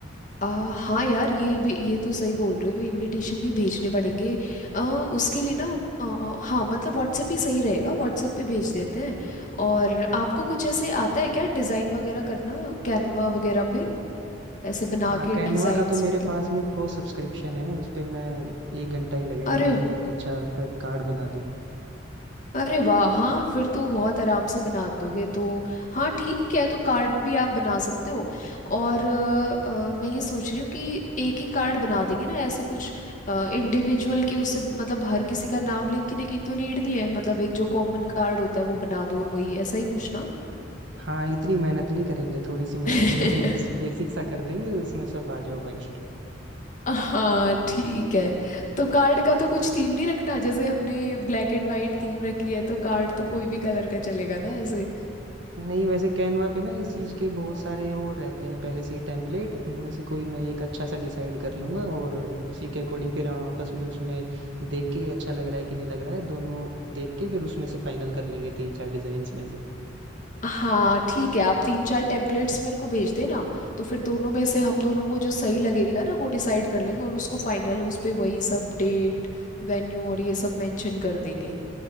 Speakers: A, on the left; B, on the right.
A: आ, हाँ यार ये भी ये तो सही बोल रहे हो इनविटेशन भी भेजने पड़ेंगे आ, उसके लिए ना आ, हाँ मतलब व्हाट्सएप ही सही रहेगा व्हाट्सएप पे भेज देते हैं और आपको कुछ ऐसे आता है क्या डिज़ाइन वगैरह करना कैनवा वगैरह पे ऐसे बना
B: हाँ
A: के
B: कैनवा
A: डिज़ाइंस
B: का तो मेरे
A: मतलब
B: पास में प्रो सब्सक्रिप्शन है उस पे मैं एक घंटा ही लगेगा
A: अरे
B: मुझे बहुत अच्छा कार्ड बना दूंगा
A: अरे वाह हाँ फिर तो बहुत आराम से बना दोगे तो हाँ ठीक है तो कार्ड भी आप बना सकते हो और अ, अ, मैं ये सोच रही हूँ कि एक ही कार्ड बना देंगे ना ऐसे कुछ इंडिविजुअल के उससे मतलब हर किसी का नाम लिखने की तो नीड नहीं है मतलब एक जो कॉमन कार्ड होता है वो बना दो और वही ऐसा ही कुछ ना
B: हाँ इतनी मेहनत नहीं करेंगे थोड़ी सी मेहनत
A: <laughs>
B: में <laughs> एक बेसिक सा कर देंगे उसमें सब आ जाओ भाई
A: हाँ ठीक है तो कार्ड का तो कुछ थीम नहीं रखना जैसे हमने ब्लैक एंड वाइट थीम रखी है तो कार्ड तो कोई भी कलर का चलेगा ना ऐसे
B: नहीं वैसे कैनवा पे ना इस चीज के बहुत सारे वो रहते हैं पहले से ही टेम्पलेट उनमें से कोई मैं एक अच्छा सा डिसाइड कर लूंगा और उसी के अकॉर्डिंग फिर हम आपस में उसमें देख के अच्छा लग रहा है कि नहीं लग रहा है दोनों देख के फिर उसमें से फाइनल कर लेंगे तीन चार डिजाइन में से
A: हाँ ठीक है आप तीन चार टेम्पलेट्स मेरे को भेज देना तो फिर दोनों में से हम दोनों को जो सही लगेगा ना वो डिसाइड कर लेंगे और उसको फाइनल उस पे वही सब डेट वेन्यू और ये सब मेंशन कर देंगे